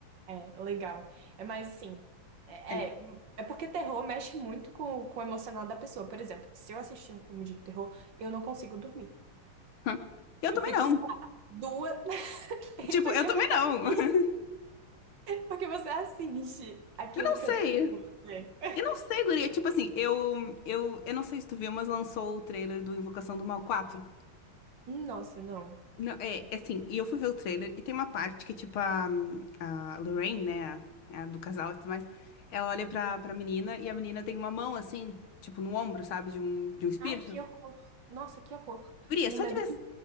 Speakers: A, on the right; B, on the left.
A: É, legal. É mais assim, é,
B: É.
A: é, é porque terror mexe muito com, com o emocional da pessoa. Por exemplo, se eu assistir um filme de terror, eu não consigo dormir.
B: Hã? Eu
A: Eu
B: também
A: fico,
B: não.
A: sei lá, duas. <laughs>
B: Tipo,
A: Porque
B: eu também
A: você
B: não.
A: assiste,
B: <laughs>
A: porque você assiste aquilo
B: Eu não sei.
A: É.
B: Eu não sei, guria. Tipo assim, eu, eu, eu não sei se tu viu, mas lançou o trailer do Invocação do Mal 4.
A: Nossa, não.
B: Não, é, é assim, e eu fui ver o trailer e tem uma parte que, tipo, a, a Lorraine, né, a, é a do casal e tudo mais, ela olha pra, pra menina e a menina tem uma mão, assim, tipo, no ombro, sabe, de um, de um espírito.
A: Ai, que horror. Nossa, que horror.
B: Guria,
A: Tenho
B: só
A: medo
B: de ver...
A: de.